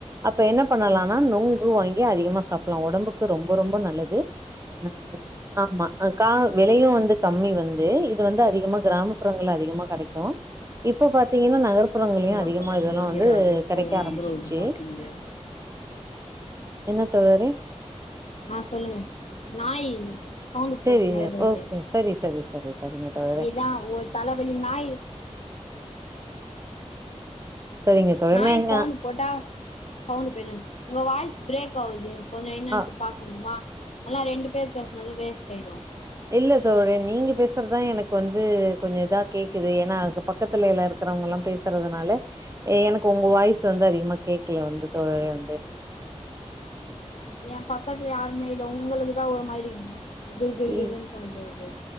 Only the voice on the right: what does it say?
அப்ப என்ன பண்ணலானா
நொங்கு வாங்கி கி அதிகமா சாப்பிடலா உடம்புக்கு ரொம்ப ரொம்ப நல்லது அ ஆமா கா விலையு வந்து கம்மி வந்து இது வந்து அதிகமா கிராமப்புறங்கள்ல அதிகமா கிடைக்கு இப்ப பாத்தீங்கன்னா நகர்புறங்
அதிகமா
இதெல்லா
வந்து
கிடைக்க
ஆரம்பிச்சிருச்சு
என்ன தோழரே
சேரி
ஓகே சரி சரி சரி சரிங்க தோழரே
சரிங்க தோழரே
மேங்க
ஆ
இல்ல தோழரே நீங்க பேசுறதுதா எனக்கு வந்து கொஞ்ச இதா கேக்குது ஏன்னா பக்கத்துல எல்லா இருக் இருக்குறவங்க எல்லா பேசுறதுனால எனக்கு உங்க வாய்ஸ் வந்து அதிகமா கேக்கல வந்து தோழரே வந்து
இ